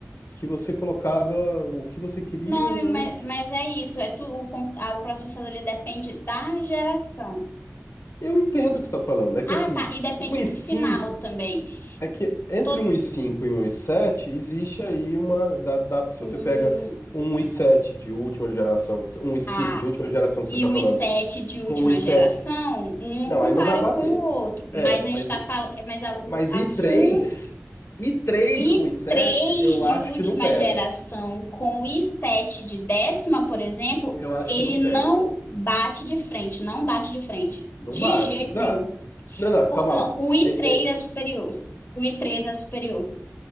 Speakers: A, on the left (about 65°); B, on the left (about 45°).
A: que você colocava o que você queria,
B: Não, amigo,
A: né?
B: mas, mas é isso. É tu, o, compu- ah, o processador ele depende da geração.
A: Eu entendo o que você está falando. É que
B: Ah,
A: assim,
B: tá. E depende
A: um e
B: do
A: cinco
B: final também.
A: É que entre
B: Todo,
A: 1,5 e um vírgula sete existe aí uma. Dá, dá- se
B: um,
A: você pega um vírgula sete de última geração, um você- cinco
B: ah,
A: de última geração que você
B: e
A: está
B: o
A: falando,
B: i sete de última
A: com um vírgula sete,
B: geração, um não
A: não,
B: compara
A: aí não vai bater.
B: com o outro.
A: É,
B: Mas a
A: mas,
B: gente está falando. Mas a, o,
A: mas
B: a
A: i
B: Sun
A: três, i três
B: i
A: com i sete,
B: três
A: eu acho
B: de última
A: que não pega.
B: geração com o i sete de décima, por exemplo,
A: Eu acho
B: ele
A: que não pega.
B: não bate de frente. Não bate de frente.
A: Não
B: De
A: bate,
B: jeito
A: exato.
B: nenhum.
A: Não, não,
B: O-
A: calma
B: Não,
A: lá.
B: o i
A: É-
B: três
A: é-
B: é superior. O i três é superior.